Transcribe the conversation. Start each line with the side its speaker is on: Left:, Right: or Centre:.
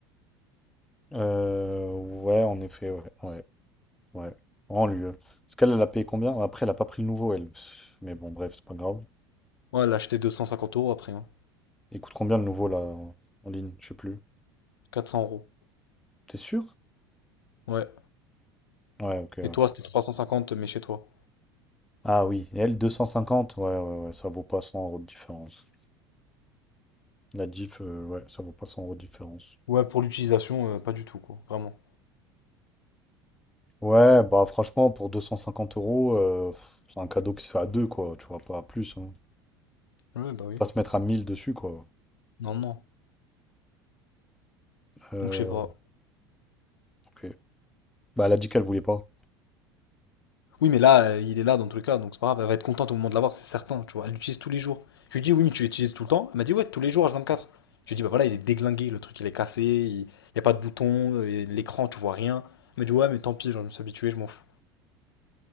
Centre: Euh, ouais, en effet, ouais, ouais, ouais. En lui. euh, Parce qu'elle, elle a payé combien? Après, elle a pas pris le nouveau, elle. Pff, Mais bon, bref, c'est pas grave.
Left: Ouais, elle a acheté 250 euros après, hein.
Centre: Il coûte combien le nouveau, là, en en ligne? Je sais plus.
Left: 400 euros.
Centre: T'es sûr?
Left: Ouais.
Centre: Ouais, ok. ouais.
Left: Et toi, c'était 350, mais chez toi.
Centre: Ah oui, et elle, 250? Ouais, ouais, ouais, ça vaut pas 100 euros de différence. La diff, euh, ouais, ça vaut pas 100 euros de différence.
Left: Ouais, pour l'utilisation, euh, pas du tout, quoi, vraiment.
Centre: Ouais, bah franchement, pour 250 euros, euh, pff, c'est un cadeau qui se fait à deux, quoi. Tu vois, pas plus. hein.
Left: Ouais, bah oui.
Centre: Pas se mettre à 1000 dessus, quoi.
Left: Non, non.
Centre: Euh,
Left: Donc je sais pas.
Centre: ok. Bah, elle a dit qu'elle voulait pas.
Left: Oui, mais là, euh, il est là dans tous les cas, donc c'est pas grave, elle va être contente au moment de l'avoir, c'est certain, tu vois. Elle l'utilise tous les jours. Je lui dis, oui, mais tu l'utilises tout le temps. Elle m'a dit, ouais, tous les jours, H24. Je lui dis, bah voilà, il est déglingué, le truc, il est cassé, il n'y a pas de bouton, euh, et l'écran, tu vois rien. Elle m'a dit, ouais, mais tant pis, genre, je me suis habitué, je m'en fous.